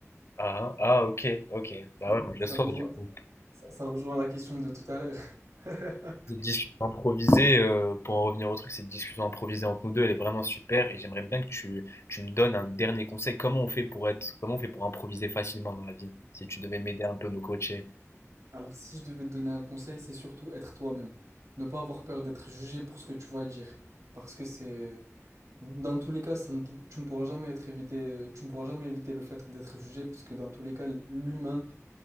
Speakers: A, on the left; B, on the right.
A: Ah, ah, ok, ok.
B: Ça,
A: Bah ouais, on est
B: ça
A: le soir,
B: rejoint,
A: du coup.
B: ça ça rejoint la question de tout à l'heure. <laughs>
A: Cette discussion improvisée, euh, pour en revenir au truc, cette discussion improvisée entre nous deux, elle est vraiment super. Et j'aimerais bien que tu, tu me donnes un dernier conseil. Comment on fait pour être, comment on fait pour improviser facilement dans la vie? Si tu devais m'aider un peu, me coacher.
B: Alors, si je devais te donner un conseil, c'est surtout être toi-même. Ne pas avoir peur d'être jugé pour ce que tu vas dire. Parce que c'est... Dans tous les cas, ça ne pou- tu ne pourras jamais être évité, tu ne pourras jamais éviter le fait d'être jugé, parce que dans tous les cas, l'humain